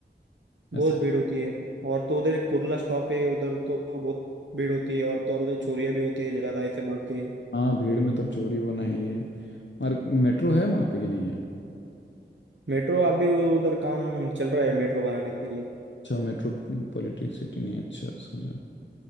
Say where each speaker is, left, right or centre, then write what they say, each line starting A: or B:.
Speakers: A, on the left; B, on the right.
A: ऐसा
B: बहुत भीड़ होती है और तो उधर एक कुर्ला स्टॉप है उधर तो बहुत भीड़ होती है और तो और उधर चोरियां भी होती है ज्यादा ऐसा बोलते हैं
A: हाँ भीड़ में तब चोरी होना ही है और मेट्रो है वहाँ पे कि नहीं है
B: मेट्रो आप भी उधर काम चल रहा है मेट्रो बनाने के लिए
A: अच्छा मेट्रो पॉलिटिक सिटी नहीं है, अच्छा समझा